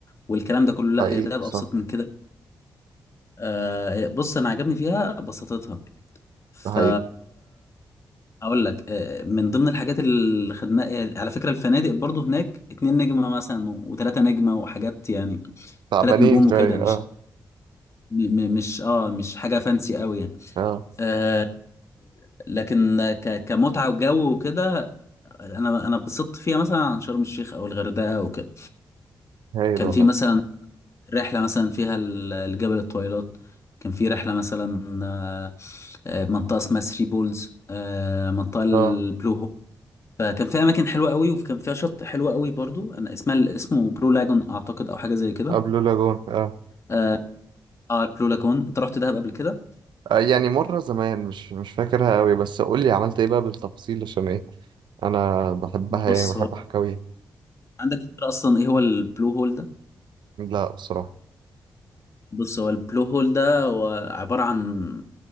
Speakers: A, on the left; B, on the right.
A: والكلام ده كله
B: حقيقي
A: لا هي دهب
B: صح
A: أبسط من كده أه بص أنا عجبني فيها بساطتها ف
B: ده حقيقي
A: أقول لك أه من ضمن الحاجات اللي خدناها على فكرة الفنادق برضو هناك اتنين نجمة مثلا و- وتلاتة نجمة وحاجات يعني
B: تعبانين
A: تلات نجوم
B: شوية
A: وكده مش
B: اه
A: م- م- مش اه مش حاجة فانسي قوي يعني
B: اه
A: آه، لكن ك... كمتعة وجو وكده انا انا اتبسطت فيها مثلا عن شرم الشيخ او الغردقة وكده
B: هايل
A: كان
B: والله
A: في مثلا رحلة مثلا فيها ال- الجبل الطويلات كان في رحلة مثلا آه، آه، منطقة اسمها ثري بولز آه، منطقة البلو
B: اه
A: هول فكان فيها اماكن حلوة قوي وكان فيها شط حلو قوي برضو انا اسمها اسمه بلو لاجون اعتقد او حاجة زي كده
B: قبل لاجون اه
A: اه آه، البلو لاجون انت رحت دهب قبل كده
B: آه، يعني مرة زمان مش مش فاكرها قوي بس قول لي عملت ايه بقى بالتفصيل عشان ايه انا بحبها
A: بص
B: يعني بحب
A: هو
B: حكاوي
A: عندك فكرة اصلا ايه هو البلو هول ده
B: لا بصراحة
A: بص هو البلو هول ده هو عبارة عن